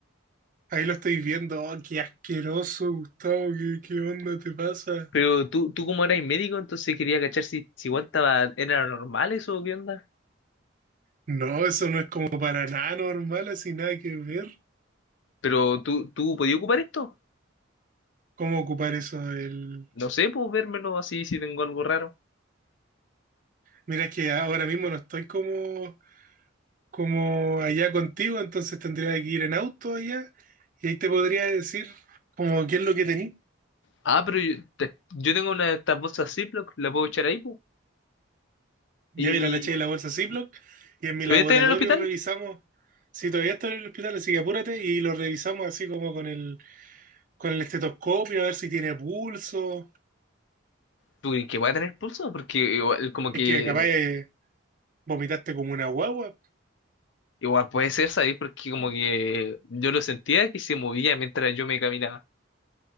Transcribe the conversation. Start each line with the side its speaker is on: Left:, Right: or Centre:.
Right: Ahí lo estoy viendo. ¡Oh, qué asqueroso, Gustavo! ¿Qué, qué onda te pasa?
Left: Pero tú, tú como eras médico, entonces quería cachar si, si igual estaba, era normal eso, o ¿qué onda?
Right: No, eso no es como para nada normal, así nada que ver.
Left: Pero tú, tú podías ocupar esto.
Right: cómo ocupar eso. El...
Left: No sé, puedo vérmelo así si tengo algo raro.
Right: Mira, es que ahora mismo no estoy como, como allá contigo, entonces tendría que ir en auto allá y ahí te podría decir como qué es lo que tení.
Left: Ah, pero yo, te- yo tengo una de estas bolsas Ziploc, la puedo echar ahí, pu.
Right: Ya
Left: ¿Y
Right: mira, la eché
Left: y-
Right: de la bolsa Ziploc y en mi
Left: te
Right: laboratorio
Left: voy a tener en el hospital?
Right: revisamos. Si todavía está en el hospital, así que apúrate y lo revisamos así como con el, con el estetoscopio, a ver si tiene pulso.
Left: ¿Tú crees que voy a tener pulso? Porque igual, como
Right: Es
Left: que,
Right: que capaz
Left: me-
Right: eh, vomitaste como una guagua.
Left: igual puede ser, ¿sabes? Porque como que yo lo sentía que se movía mientras yo me caminaba.